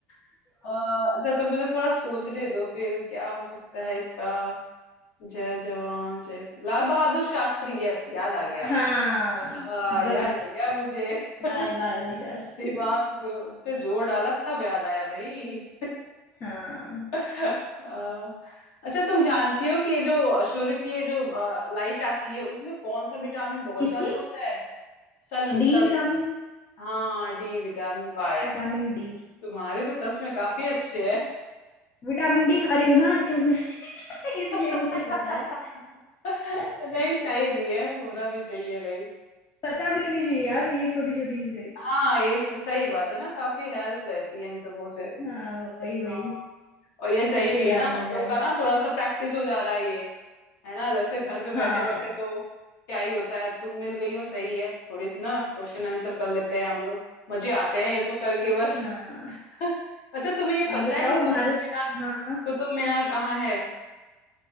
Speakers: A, on the left; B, on the left.
A: अ, अच्छा तो मुझे थोड़ा सोचने दो फिर क्या हो सकता है इसका जय जवान जय कि- लाल बहादुर शास्त्री यस याद आ गया
B: हाँ
A: आ,
B: गुड
A: याद आ गया मुझे <laughs>
B: लाल बहादुर शास्त्री
A: दिमाग जो उन पे जोर डाला तब याद आया भाई
B: हाँ
A: <laughs> आ, अच्छा तुम जानती हो कि ये जो सूर्य की ये जो लाइट आती है उसमें कौन सा विटामिन बहुत
B: किसकी
A: ज्यादा होता है सन
B: D
A: सन
B: vitamin
A: हाँ डी विटामिन वाह यार
B: vitamin D
A: तुम्हारे तो सच में काफी अच्छे हैं
B: Vitamin D खा रही हूँ ना आजकल मैं <laughs>
A: <laughs>
B: इसलिए मुझे पता है
A: नहीं
B: <laughs>
A: सही भी है होना भी चाहिए भाई
B: पता भी होनी चाहिए यार ये छोटी छोटी चीजें
A: हाँ ये छ- सही बात है ना काफी हेल्प रहती है इन सबों से
B: हाँ वही वही
A: हाँ और ये
B: कि
A: सही
B: किससे
A: भी
B: क्या
A: है ना
B: मिल
A: हम
B: रहा
A: लोग
B: है
A: का ना थोड़ा सा प्रैक्टिस हो जा रहा है ये है ना जैसे घर पे बैठे
B: हाँ
A: बैठे तो क्या ही होता है तुम मिल गई हो सही है थोड़ी सी ना क्वेश्चन आंसर कर लेते हैं हम लोग मजे आते हैं ये तो करके बस
B: हाँ
A: <laughs> अच्छा तुम्हें ये पता
B: अब बताओ
A: है कि कुतुब
B: भारत हाँ
A: कुतुब मीनार कहाँ है